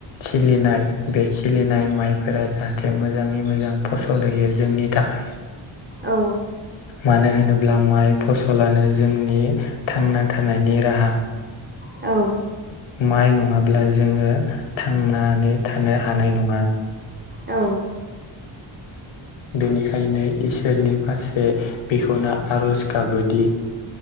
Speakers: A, on the left; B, on the right.
A: खिलिनाय बे खिलिनाय माइफोरा जाहाथे मोजाङै मोजां फसल होयो जोंनि थाखाय <inaudible>
B: औ
A: मानो होनोब्ला माइ फसलानो जोंनि थांना थानायनि राहा
B: औ
A: माइ नङाब्ला जोङो थांनानै थानो हानाय नङा
B: औ
A: बेनिखायनो इसोरनि फारसे बेखौनो आर'ज काबादि